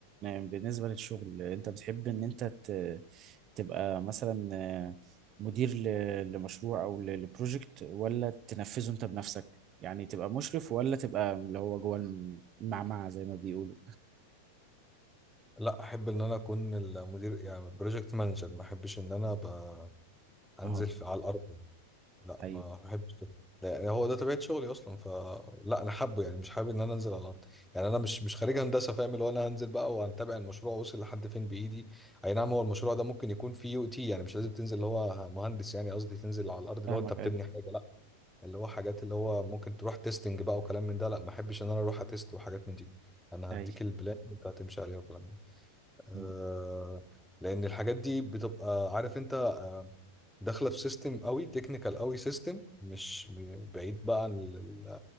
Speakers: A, on the right; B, in the centre.
A: بالنسبه للشغل انت بتحب ان انت ت- تبقى مثلا مدير ل- لمشروع او ل- لبروجكت ولا تنفذه انت بنفسك يعني تبقى مشرف ولا تبقى اللي هو جوه المعمعة زي ما بيقولوا
B: لا احب ان انا اكون المدير يعني بروجكت مانجر ما احبش ان انا ابقى انزل
A: اهو
B: في على الارض يعني لا
A: ايوه
B: ما بحبش كده لا هو ده طبيعة شغلي أصلا فلا أنا حابه يعني مش حابب إن أنا أنزل على الأرض يعني أنا مش مش خريج هندسة فاهم اللي هو أنا هنزل بقى وهنتابع المشروع وصل لحد فين بإيدي أي نعم هو المشروع ده ممكن يكون فيه يو تي يعني مش لازم تنزل اللي هو مهندس يعني قصدي تنزل على الأرض اللي
A: فاهمك
B: هو أنت بتبني
A: ايوه
B: حاجة لا اللي هو حاجات اللي هو ممكن تروح تيستنج بقى وكلام من ده لا ما أحبش إن أنا أروح أتست وحاجات من دي أنا
A: ايوه
B: هديك البلان وأنت هتمشي عليها وكلام من ده آه،
A: مم.
B: لان الحاجات دي بتبقى عارف انت آه، داخله في سيستم قوي تكنيكال قوي سيستم مش م- بعيد بقى عن ال-